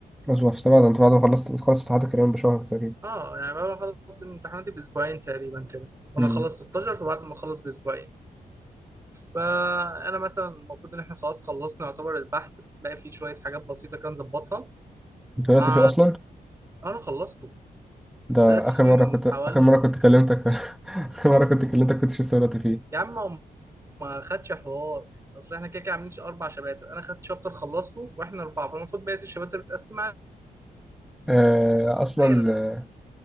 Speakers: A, in the centre; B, on the right (about 20°).
A: اصبر في سبعة ده انت بعد ما خلصت بتخلص امتحانات الكريم بشهر تقريبا
B: اه يعني بعد ما اخلص امتحاناتي باسبوعين تقريبا كده وانا
A: امم
B: اخلص 16 فبعد ما اخلص باسبوعين فانا مثلا المفروض ان احنا خلاص خلصنا يعتبر البحث بقى فيه شويه حاجات بسيطه كان ظبطها
A: انت دلوقتي
B: مع
A: في اصلا
B: انا خلصت
A: ده
B: بدأت فيه
A: اخر مره
B: من
A: كنت
B: حوالي
A: اخر مره كنت كلمتك <laughs> اخر مره كنت كلمتك كنتش لسه دلوقتي فيه
B: يا عم هو ما خدش حوار اصل احنا كده كده عاملين اربع شباتر انا خدت شابتر خلصته واحنا اربعه فالمفروض بقيه الشباتر بتقسم
A: آه، اصلا
B: علينا